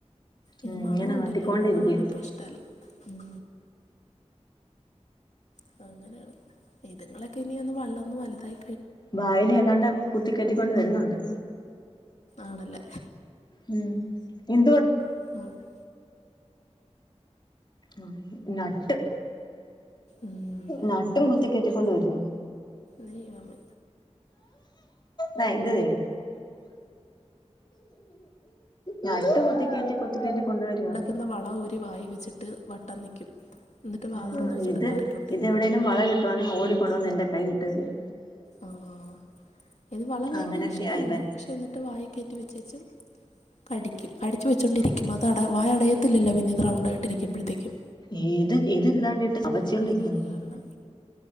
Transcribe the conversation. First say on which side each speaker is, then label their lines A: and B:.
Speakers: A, on the left; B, on the left.
A: ഇത്
B: ഉം
A: മണൊണ്ടല്ലോ
B: ഇങ്ങനെ ആട്ടിക്കൊണ്ടിരിക്കും
A: മണ ഉള്ളപ്പഷ്ടല്ല. ഉം പ്പങ്ങനാണ് ഇത്ങ്ങളൊക്കെന്ന് ഒന്ന് വള്ളർന്ന് വല്തായി
B: വായിലെതാണ്ട് കുത്തി കെറ്റിക്കൊണ്ട് വെരുന്നുണ്ട്.
A: ആണല്ലേ.
B: ഉം
A: <unintelligible>
B: ളം നട്ട്
A: ഉം
B: നട്ടും കുത്തിക്കെറ്റിക്കൊണ്ട് വരുന്നു.
A: ദൈവമേ.
B: താഇത് തിന്ന്.. നട്ട് കുത്തിക്കെറ്റി കുത്തികേറ്റി കൊണ്ട് വെരാ.
A: ന്ന വള ഊരി വായി വെച്ചിട്ട് വട്ടം നിക്കും ന്നട്ട് വാ
B: ആഹ്
A: തോറന്ന് വെച്ചിട്ട്
B: ഇത്
A: കാറിക്കൊണ്ടിരിക്കും.
B: ഇതെവിടേലും വള കിട്ടുവാണെ ഓടി കൊണ്ടോന്നെന്റെ കയ്യിലിട്ടെരും.
A: ആഹ് ആഹ് ആഹ് ഇത് വള ഭയങ്കരിഷ്ടണ്
B: അങ്ങനൊക്കെയാ ഇവൻ
A: പക്ഷേ ന്നാ ട്ട് വായി കേറ്റി വെച്ചേച്ചും കടിക്കും അടച്ച് വെച്ചൊണ്ടിരി ക്യും. അത ടെ വായ ടയത്തില്ലല്ലോ പിന്നെത് റൗണ്ടായിട്ടിരിക്കുമ്പഴത്തേക്കും.
B: ഈത് ഇത് കണ്ടിട്ട് ചവച്ചോണ്ടിക്ക്
A: അങ്ങനെ അത്
B: ന്ന്.
A: കാരണം